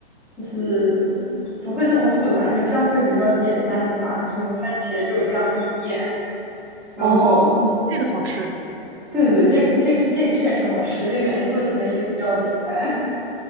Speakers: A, in the centre; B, on the right (about 85°).
A: 就是不会那么复杂，就相对比较简单的吧，就什么番茄肉酱意面。然后，
B: 哦，这个好吃。
A: 对对对，这个这个这个确实好吃，就感觉做起来也比较简单。